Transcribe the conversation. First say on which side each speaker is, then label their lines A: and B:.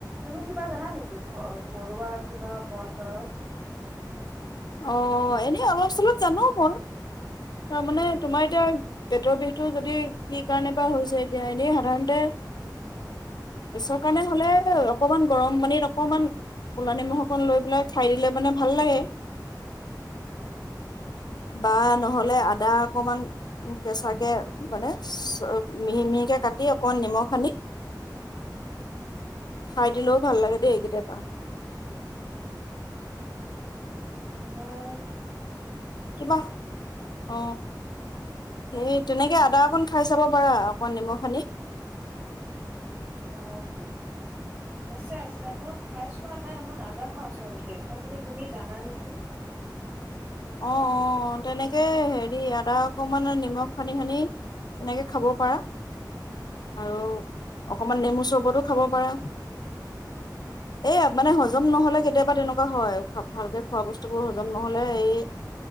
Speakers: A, on the right; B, on the left.
A: তুমি কিবা জানা নেকি ঘ ঘৰুৱা কিবা বন দৰত
B: অ এনেই অলপ চলত জানো মই তাৰ মানে তোমাৰ এতিয়া পেটৰ বিষতটো যদি কি কাৰণে বা হৈছে এতিয়া এনেই সাধাৰণতে গেছৰ কাৰণে হলে অকমান গৰম পানীত অকমান কলা নিমখ অকন লৈ খাই দিলে মানে ভাল লাগে বা নহলে লে আদা অকণমান কেঁচাকে মানে মিহি মিহিকে কাটি অকমান নিমখ সানি খাই দিলেও ভাল লাগে দেই এইকেইতিয়াবা
A: নই
B: কিবা অ সেই তেনেকে আদা অকন খাই চাব পাৰা ক নম খি
A: অ আছে আছে মই খাই চোৱা নাই মই নাজানো আচলতে মই কোলো তুমি জানা নেকি সেইকাৰণে
B: অ অ
A: বোলো
B: তেনেকে হেৰি আদা অকমান নিমখ খানি খানি এনেকে খাব পাৰা আৰু অকমান নেমু চৰ্বতো খাব পাৰা এ মানে হজম
A: অ
B: নহ'লে কেতিয়াবা তেনেকুৱা হয় ভালকে খোৱা বস্তু বোৰ হ হজম নহলে এই